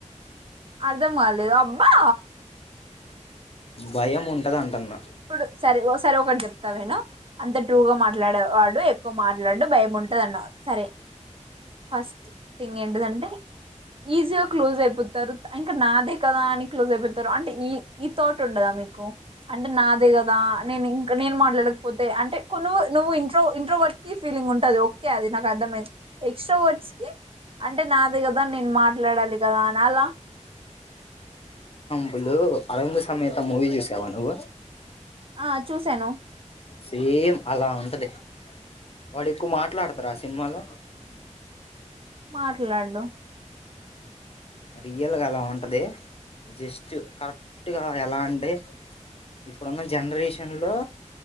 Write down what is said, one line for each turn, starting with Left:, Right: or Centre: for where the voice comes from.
Right: అర్ధం కాలేేదు అబ్బా
Left: భయం ఉంటది అంటన్న
Right: ఇప్పుడు సరే ఒకసారి ఒకటి చెప్తా విను. అంత ట్రూగా మాట్లాడేవాడు ఎక్కువ మాట్లాడు. భయం ఉంటది అన్నవు సరే. ఫస్ట్ థింగ్ ఏంటదంటే ఈజీగా క్లోజ్ అయిపోతారు. ఇంకా నాదే కదా అని క్లోజ్ అయిపోతారు. అంటే ఈ ఈ థాట్ ఉండదా మీకు. అంటే నాదే కదా నే ఇంక నేను మాట్లాడకపోతే, అంటే కొ నువ్వు ఇంట్రో ఇంట్రో వర్డ్ కి ఫీలింగ్ ఉంటది. ఓకే అది నాకు అర్థమైంది. ఎక్స్ట్రా వర్డ్స్ కి అంటే నాదే కదా నేను మాట్లాడాలి కదా అన అలా
Left: పులు అరవింద్ సమేత మూవీ చూసావా నువ్వు
Right: ఆ చూశాను
Left: సేమ్ అలా ఉంటది వాడు ఎక్కువ మాట్లాడతారు ఆ సినిమాలో
Right: మాట్లాడు
Left: రియల్గా అలా ఉంటది జస్ట్ కరెక్ట్గా ఎలా అంటే ఇప్పుడున్న జనరేషన్ లో